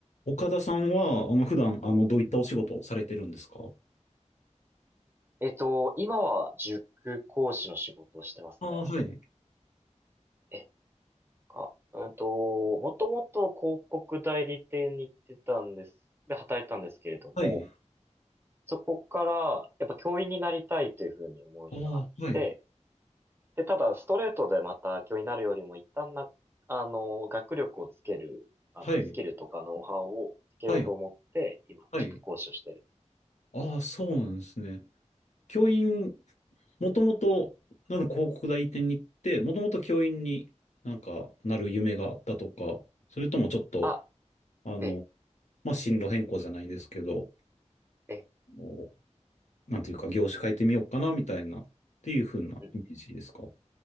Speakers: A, on the left; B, on the right.
A: 岡田さんは、あの、普段、あの、どういったお仕事をされてるんですか
B: えっと、今は塾講師の仕事をしてますね。
A: ああ、はい。
B: え、か、うんと、もともと広告代理店に行ってたんです。で、働いたんですけれども、
A: はい。あ
B: そこから、やっぱ教員になりたいというふうに思いがあって、
A: あ、はい。
B: で、ただ、ストレートでまた教員になるよりも、一旦な、あの、学力をつける、あの、
A: はい。
B: スキルとかノウハウをつけようと思って、
A: はい。
B: 今、
A: はい。
B: 塾講師をしてる。
A: ああ、そうなんですね。教員、もともと、なんか広告代理店に行って、もともと教員になんかなる夢があったとか、それともちょっと、
B: あ、
A: あの、
B: え、
A: まあ、進路変更じゃないですけど、
B: え、
A: もうなんていうか、業種変えてみようかな、みたいな、っていう風なイメージですか
B: うん